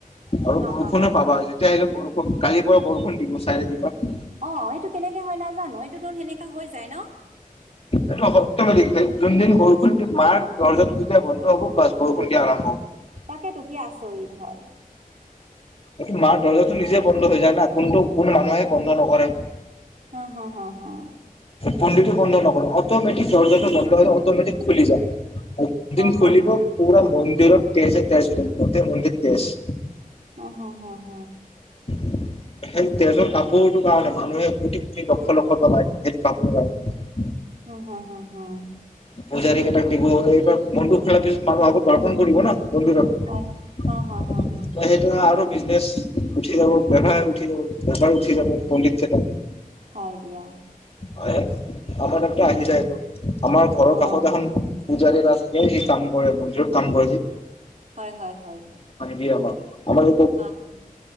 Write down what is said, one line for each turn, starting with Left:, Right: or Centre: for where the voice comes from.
Left: আৰু
Right: হা
Left: বৰষুণে
Right: হা হা
Left: পাবা আৰু যেতিয়া আহিলে বৰষু খব কালিৰ পৰা বৰষুণ দিব চাই থাকিবা।
Right: অ' এইটো কেনেকে হয় নাজানো এইটো দৰ সেনেকে হৈ যায় ন?
Left: এইটো সপ্তমে দেিছে যোনদিন বৰষুণ দি মাৰ দৰ্জা বন্ধ হ'ব বা বৰষুণ দিয়া আৰম্ভ হব
Right: তাকেত কি আচৰিত হয়।
Left: এইটো
Right: সেইটো
Left: মাৰ দৰ্জাটো
Right: কথা
Left: নিজে বন্ধ হৈ যায় না? কোনটো কোন মানুহে বন্ধ নকৰে।
Right: হা হা হা হা।
Left: পুলিটো বন্ধ নকৰো অটমেটিক দৰ্জাটো বন্ধ হলে অটমেটিক খুলি যায়। আৰু দিন
Right: অ হ
Left: খলিব
Right: হ
Left: পুৰা বন্ধ শৰীৰত তেজ তেজ গোতেই মুন্দিত তেজ।
Right: আহ হ হ হ।
Left: <inaudible> এখন তেজৰ কাপোৰতো কাৰ নো। মানুহে কোটি কোটি লক্ষ লক্ষ টকা সেই কাপটো কাৰনে।
Right: উম হম হম হম
Left: পূজাৰী কেটাক এইবোৰ বনদুক খেলাকে আৰু আগত দৰশন কৰিব নহ
Right: হয়।
Left: <unintelligible>
Right: হা, হা, হা, হা,
Left: সেইটো আৰু বিজনেছ উঠি যাব, ব্যৱসায় উঠি যাব, বেপাৰ উঠি যাব পণ্ডিতকেইটাৰ
Right: হয় দিয়া।
Left: হয় আমাৰ তাকে
Right: উম,
Left: আহি
Right: হু,
Left: যায়
Right: হু,
Left: নহ আমাৰ ঘৰৰ
Right: অ',
Left: কাষত এখন পূজাৰী আছে সি কাম কৰে মন্দিৰত কাম কৰেহি
Right: হয় হয় হয়
Left: দিয়ে আমাক, আমাৰো
Right: অহ